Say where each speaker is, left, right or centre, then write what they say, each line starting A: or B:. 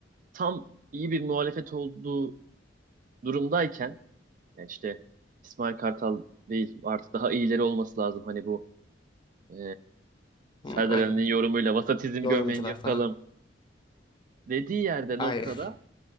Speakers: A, on the right (about 45°); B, on the left (about 25°).
A: tam iyi bir muhalefet olduğu durumdayken yani işte İsmail Kartal değil artık daha iyileri olması lazım. Hani bu e,
B: Hı,
A: Serdar
B: aynen.
A: Ali'nin yorumuyla vasatizm gömleğini
B: Yorumcular
A: yırtalım
B: falan.
A: dediği yerde
B: Aynen.
A: noktada